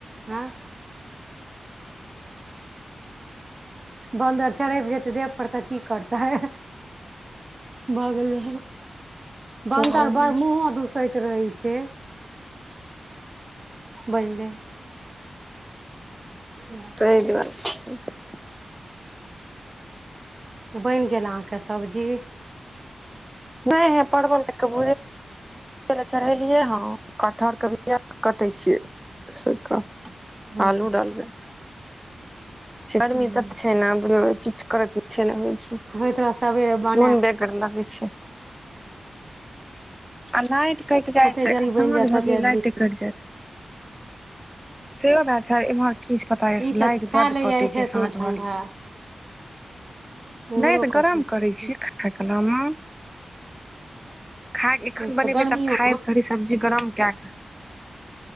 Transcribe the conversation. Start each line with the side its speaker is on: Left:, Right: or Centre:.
Right: ऐं। बन्दर छड़िप जेतै देह पर, त की करतय। हें ह भ गेलय। बन्दर
Centre: ह
Right: बड़ मुँहो दुसैत रहै छै। बनले। ह <unintelligible>
Centre: सहि दव <unintelligible>
Right: बनि गेल अहाँके सब्जी।
Centre: नहि ह परबल दे क ले चढ़ेलियै ह कटहरके कटे छियैक।
Right: हूँ
Centre: आलू डालबे। गर्मी
Right: हूँ
Centre: ततऽ छै ने किछु कर के ई छै ने होइ छै।
Right: होइत रहै सबेरे ब
Centre: मोन बेगर लगै छै। आ लाइट कटि जाय
Right: जते
Centre: छै
Right: जल्दी बनि
Centre: साँझ
Right: जायत
Centre: भरलिय
Right: तते जल्दी
Centre: लाइट से भ <unintelligible> सर एम्हर की पता य
Right: ई छै
Centre: लाइट
Right: खा
Centre: बड
Right: ले
Centre: कटैत
Right: जाइ
Centre: छै साँझ
Right: ने ठंडा
Centre: भर
Right: इम्हरो
Centre: नहि तऽ
Right: कटै
Centre: गरम
Right: छै
Centre: करै
Right: से
Centre: छीयै खा न खाय एखन
Right: अच्छा
Centre: बनेबे
Right: गर्मियो
Centre: तऽ खाय घी सब्जी। गरम के क।